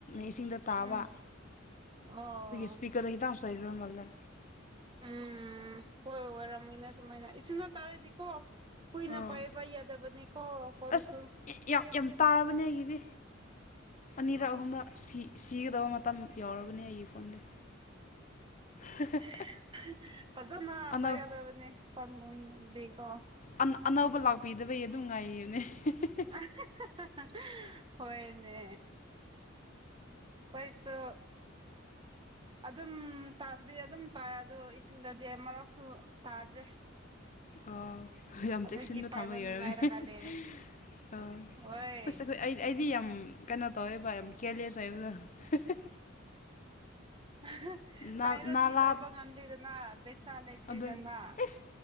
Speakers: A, on the left; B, on the right.
A: ꯏꯁꯤꯡꯗ ꯇꯥꯕ
B: ꯎꯝ ꯑꯣ
A: ꯁ꯭ꯄꯤꯀ꯭ꯔꯗꯩ ꯗꯥꯛꯁ ꯂꯩꯒ꯭ꯔ ꯃꯥꯜꯂꯦ
B: ꯎꯝ ꯍꯣꯏ ꯑꯣꯏꯔꯝꯒꯅꯤ ꯁꯨꯃꯥꯏꯅ ꯏꯁꯤꯡꯗ ꯇꯥꯔꯗꯤꯀꯣ ꯀꯨꯏꯅ
A: ꯑꯥ
B: ꯄꯥꯏꯕ ꯌꯥꯗꯕꯅꯤꯀꯣ ꯐꯣꯟꯁꯨ
A: ꯑꯁ ꯌꯥꯝ ꯌꯥꯝ ꯇꯥꯕꯅꯦ ꯑꯩꯒꯤꯗꯤ ꯑꯅꯤꯔꯛ
B: ꯑꯁ
A: ꯑꯍꯨꯝꯔꯛ ꯁꯤ ꯁꯤꯒꯗꯧꯕ ꯃꯇꯝ ꯌꯧꯔꯕꯅꯦ ꯑꯩꯒꯤ ꯐꯣꯟꯗꯤ <unintelligible>
B: <unintelligible> ꯍ‌ ꯐꯖꯅ
A: ꯑꯅꯧ
B: ꯄꯥꯏꯒꯗꯕꯅꯦ ꯐꫭꯟꯒꯨꯝꯗꯤꯀꯣ
A: ꯑꯅꯥ ꯑꯅꯧꯕ ꯂꯥꯛꯄꯤꯗꯕꯩ ꯑꯗꯨꯝ ꯉꯥꯏꯔꯤꯝꯅꯦ <unintelligible>
B: <unintelligible> ꯍꯣꯏꯅꯦ ꯄꯩꯁꯨ ꯑꯗꯨꯝ ꯇꯥꯕꯗꯤ ꯑꯗꯨꯝ ꯇꯥꯏ ꯑꯗꯣ ꯏꯁꯤꯡꯗꯗꯤ ꯑꯃꯔꯛꯁꯨ ꯇꯥꯗ꯭ꯔꯦ
A: ꯑꯣ ꯌꯥꯝ
B: ꯑꯗꯨꯒꯤ
A: ꯆꯦꯛꯁꯤꯟꯅ
B: ꯄꯥꯏꯕ
A: ꯊꯝꯕꯒꯤ
B: ꯅꯨꯡꯉꯥꯏꯔꯒ
A: ꯑꫭꯏꯔꯝꯅꯤ <unintelligible>
B: ꯂꯩꯔꯦ
A: ꯑꯣ
B: ꯍꯣꯏ
A: ꯍꯨꯁꯇ ꯍꯨꯏ ꯑꯩ ꯑꯩꯗꯤ ꯌꯥꯝ ꯀꯩꯅꯣ ꯇꯧꯋꯦꯕ ꯌꯥꯝ ꯀ꯭ꯌꯔꯂꯦꯁ ꯑꯣꯏꯕꯗꯣ <unintelligible>
B: ꯑꯍ
A: ꯅꯥ
B: ꯀꯥꯏꯔꯗꯤ
A: ꯅꯥꯂꯥ
B: ꯂꯧꯕ ꯉꯝꯗꯦꯗꯅ ꯄꯩꯁꯥ ꯂꯩꯇꯦꯗꯅ
A: ꯑꯗꯨ ꯏꯁ